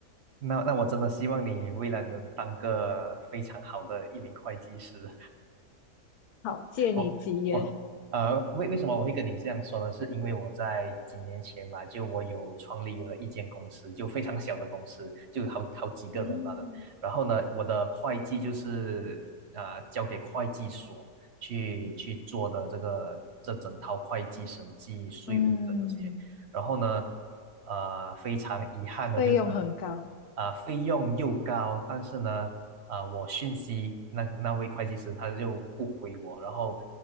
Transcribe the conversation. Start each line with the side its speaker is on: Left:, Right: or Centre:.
Right: 那那我真的希望你未来能当个非常好的一名会计师。
Left: <laughs> 好，借你吉言，
Right: 我我呃，为为什么我会跟你这样说呢？是因为我在几年前吧，就我有创立了一间公司，就非常小的公司，就好好几个人罢了。
Left: 嗯
Right: 然后呢，我的会计就是啊，交给会计所去去做的这个这整套会计、审计、税务这这些。
Left: 嗯，
Right: 然后呢，呃，非常遗憾的就是。
Left: 费用很高
Right: 啊、费用又高，但是呢，啊、我讯息那那位会计师他就不回我，然后，